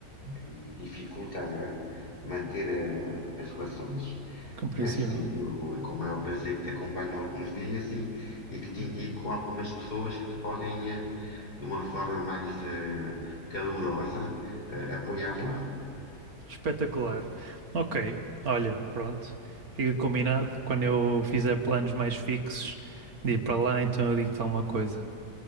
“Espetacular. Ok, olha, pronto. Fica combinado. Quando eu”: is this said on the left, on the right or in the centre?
Right